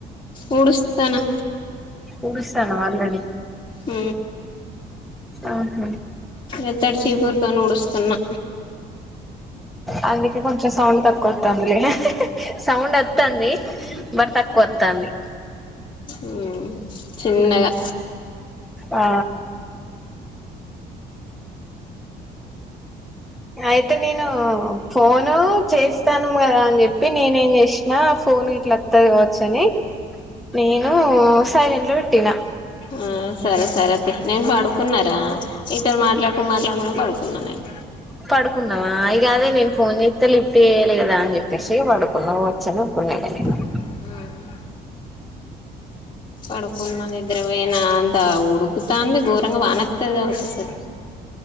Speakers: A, on the left (about 30°); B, in the centre.
A: ఊడుస్తానా
B: ఊడుస్తాన్నం ఆల్రెడీ
A: మ్
B: ఆహా
A: ఎత్తడి చీపురుతోను ఉడుస్తున్నా
B: అందుకే కొంచం సౌండ్ తక్కువత్తాంది. సౌండ్ వొత్తాంది బట్ తక్కువొత్తాంది
A: మ్ చిన్నగా
B: ఆ అయితే నేను ఫోను చేస్తాను కదా అని చెప్పి నేనేం చేసినా ఆ ఫోను ఇట్లా దవచ్చని నేను సైలెంట్ లో పెట్టినా
A: ఆ, సరే సరే అతే నేను పడుకున్నారా ఇతరు మాట్లాడుకుని మాట్లాడుకుని పడుకున్నా నేను
B: పడుకున్నావా ఇక అదే నేను ఫోన్ చేస్తే లిఫ్ట్ చేయలేదా అని చెప్పేసి పడుకున్నావు వచ్చి అనుకున్నా <unintelligible>
A: మ్ పడుకున్న నిద్రబోయిన అంత ఉడుకుతాంది ఘోరంగా వానోత్తది కావచ్చు అసలు